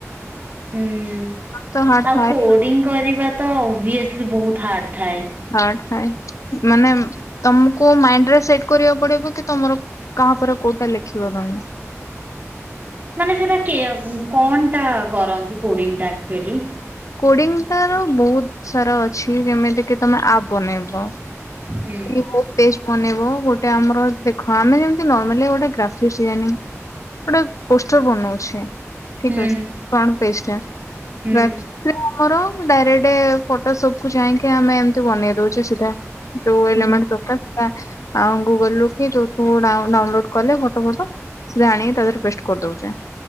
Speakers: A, on the right; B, on the left.
A: ହୁଁ
B: ତ ହାର୍ଡ
A: ଆଉ
B: ଥାଏ
A: କୋଡିଙ୍ଗ କରିବା ତ ଅଭିଅସଲି ବହୁତ ହାର୍ଡ ଥାଏ।
B: ହାର୍ଡ ଥାଏ ମାନେ ତମକୁ ମାଇଣ୍ଡ ରେ ସେଟ କରିବାକୁ ପଡିବ କି ତମର କାହାପରେ କୋଉଟା ଲେଖିବ ତମେ।
A: ମାନେ ସେଟା କେଅ କଣ ଟା କରନ୍ତି କୋଡିଙ୍ଗ ଟା ଆକ୍ଚୁଆଲି।
B: କୋଡିଙ୍ଗ ତାର ବହୁତ ସାରା ଅଛି ଯେମିତି କିି ତମେ ଆପ୍ ବନେଇବ।
A: ହୁଁ
B: ଏଇ ମୋ ଟେଷ୍ଟ ବନେଇବ ଗୋଟେ ଆମର ଦେଖ ଆମେ ଯେମତି ନର୍ମାଲି ଗୋଟେ ଗ୍ରାଫିକ୍ସଆନ। ଗୋଟେ ପୋଷ୍ଟର ବନଉଛେ ଠିକ
A: ହୁଁ
B: ଅଛି ଫ୍ରଣ୍ଟ ପେଜ ଟା
A: ହୁଁ
B: ଗ୍ରାଫିକ୍ସ ଧର ଡାଇରେକ୍ଟ ଫଟୋ ସବ କୁ ଯାଇକି ଆମେ ଏମିତି ବନେଇ ଦଉଛେ ସିଧା। ଯୋଉ ଏଲ
A: ହୁଁ
B: ମେଣ୍ଟ ପେପର ଆଉ ଗୁଗଲ ରୁ କି ଯୋଉଥୁ ଡାଉନଲୋଡ କଲେ ଫଟ ଫଟ ସେରା ଆଣିକି ତା ଦେହରେ ପେଷ୍ଟ କରିଦଉଚେ